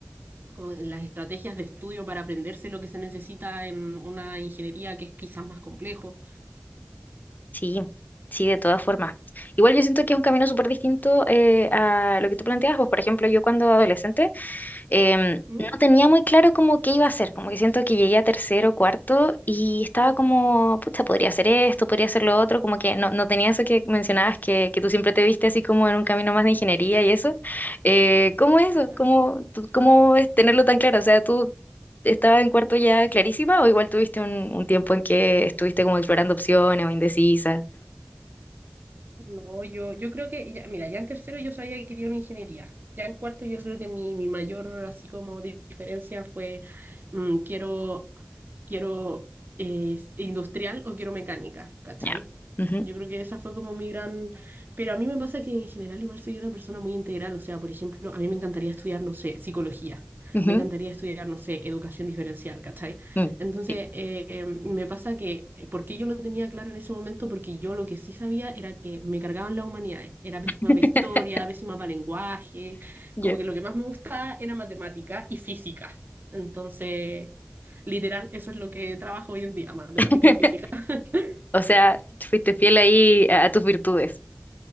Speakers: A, on the right; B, on the left.
A: como las estrategias de estudio para aprenderse lo que se necesita en una ingeniería que es quizás más complejo.
B: Sí, sí, de todas formas. Igual yo siento que es un camino súper distinto eh, a lo que tú planteas. Pues, por ejemplo, yo cuando adolescente em,
A: ¿Mm?
B: no tenía muy claro como qué iba a hacer. Como que siento que llegué a tercero, cuarto y estaba como, pucha, podría hacer esto, podría hacer lo otro. Como que no, no tenía eso que mencionabas, que, que tú siempre te viste así como en un camino más de ingeniería
A: Ya,
B: y eso. Eh, ¿cómo es eso?
A: claro.
B: ¿Cómo, tú- cómo es tenerlo tan claro? O sea, ¿tú estabas en cuarto ya clarísima o igual tuviste un, un tiempo en que estuviste como explorando opciones o indecisa?
A: No, yo, yo creo que, ya- mira, ya en tercero yo sabía que quería una ingeniería. Ya en cuarto yo creo que mi, mi mayor así como di- diferencia fue mm, quiero, quiero eh, industrial o quiero mecánica, ¿cachai?
B: Ya. Ujú,
A: Yo creo que esa fue como mi gran... Pero a mí me pasa que en general igual soy una persona muy integral. O sea, por ejemplo, a mí me encantaría estudiar, no sé, psicología.
B: ujú,
A: Me encantaría estudiar, no sé, educación diferencial, ¿cachai?
B: mm,
A: Entonces,
B: Sí.
A: eh, eh, me pasa que, eh, ¿por qué yo lo tenía claro en ese momento? Porque yo lo que sí sabía era que me cargaban las humanidades. Era pésima
B: <laughs>
A: para historia, pésima para lenguaje.
B: Ya.
A: Como que lo que más me gustaba era matemática y física. Entonces, literal, eso es lo que trabajo hoy en día, matemática
B: <laughs>
A: y física. <laughs>
B: O sea, fuiste fiel ahí a, a tus virtudes.